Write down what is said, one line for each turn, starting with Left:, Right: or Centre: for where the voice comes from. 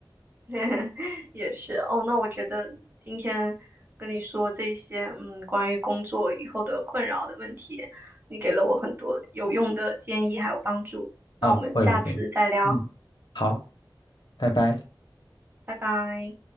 Right: <laughs> 也是哦。那我觉得今天跟你说这些，嗯，关于工作以后的困扰的问题，你给了我很多有用的建议还有帮助。
Left: <laughs>
Right: 那我们下次再聊，
Left: 啊，不会不会，嗯，好，拜拜。
Right: 拜拜。